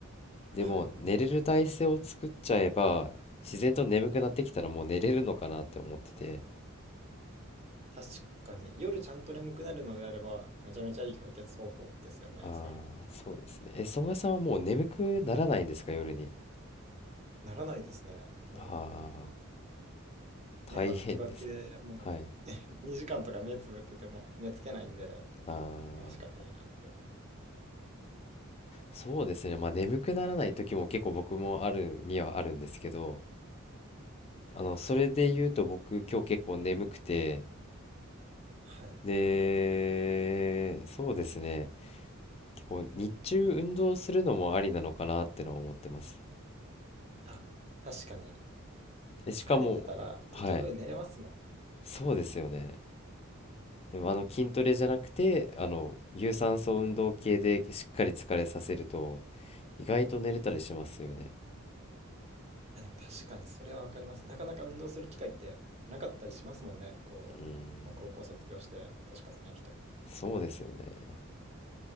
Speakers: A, on the left; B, on the right.
A: でもう寝れる体勢を作っちゃえば、
B: はい。
A: 自然と眠くなってきたらもう寝れるのかなって思ってて、
B: 確かに、夜ちゃんと眠くなるのであれば、めちゃめちゃいい解決方法ですよね、
A: あ
B: そういうの。
A: あ、そうですね。え、宗谷さんはもう眠くならないんですか、夜に。
B: ならないですね。もう、
A: ああ、大変ですね。
B: 目バッキバキでも
A: はい。
B: う <laughs> 2時間とか目つぶってても寝つけないんで、
A: ああ、
B: あ仕方ないなって。
A: そうですね。まあ眠くならない時も結構僕もあるにはあるんですけど、あの、
B: はい。
A: それで言うと僕今日結構眠くて、
B: はい。
A: で、そうですね。結構日中運動するのもありなのかなってのは思ってます。
B: あ、確かに。
A: え、しかも、
B: 疲れてたら結局寝れますもんね。
A: はい、そうですよね。でもあの筋トレじゃなくて、あの、有酸素運動系でしっかり疲れさせると、意外と寝れたりしますよね。
B: はい。あ、でも確かにそれはわかります。なかなか運動する機会ってなかったりしますもんね。こう、
A: うん、
B: もう高校卒業して年重ねると。
A: そうですよね。